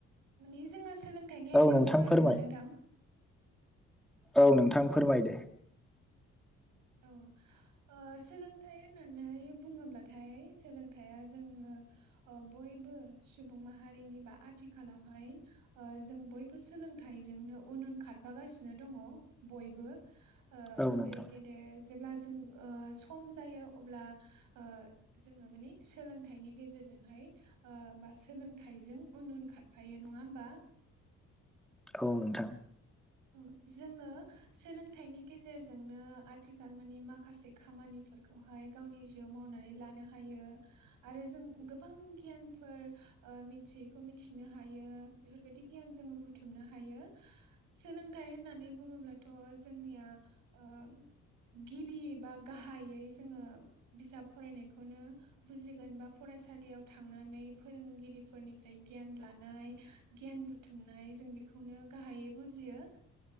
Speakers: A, on the right; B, in the centre.
A: मानिे जोङो सोलोंथाइनि आयदायाव
B: औ नोंथां
A: सावरायगोन
B: फोरमाय
A: ना नोंथां
B: औ नोंथां फोरमाय दो
A: औ ओ सोलोंथाइ होननानै बुङोब्लाथाय सोलोंथाइया जोङो ओ बयबो सुबुं माहारिनि बा आथिखालावहाय ओ जों बयबो सोलोंथाइ जोंनो उन उन खारफागासिनो दङ बयबो
B: औ
A: उन्दै
B: नोंथां
A: गेदेर जेब्ला जों ओ सम जायो अब्ला ओ जोङो मानि सोलोंथाइनि गेजेरजों ओजोंहाय ओ बा सोलोंथाइजों उन उन खारफायो नङा होमबा
B: औ नोंथां
A: औ जोङो सोलोंथाइनि गेजेरजोंनो आथिखाल मानिे माखासे खामानि फोरखौहाय गावनि जिउआव मावनानै लानो हायो आरो जों गोबां गियानफोर ओ मिथियैखौ मिथिनो हायो बेफोरबायदि गियान जोङो बुथुमनो हायो। सोलोंथाइ होननानै बुङोब्लाथ' जोंनिया ओ - गिबि बा गाहाययै जोङो बिजाब फरायनायखौनो बुजिगोन बा फरायसालियाव थांनानै फोरोंगिरिफोरनिफ्राय गियान लानाय गियान। बुथुमनाय जों बेखौनो गाहाययै बुजियो।